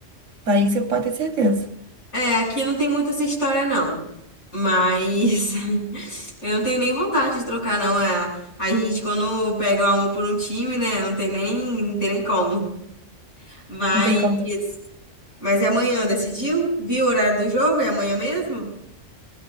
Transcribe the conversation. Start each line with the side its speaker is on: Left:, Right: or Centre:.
Right: Daí você pode ter certeza.
Left: É, aqui não tem muito essa história, não. Mas <laughs> eu não tenho nem vontade de trocar, não. É, a gente, quando pega o amor por um time, né? Não tem nem, não tem nem como. Mas,
Right: Não tem como.
Left: mas é amanhã, decidiu? Viu o horário do jogo? É amanhã mesmo?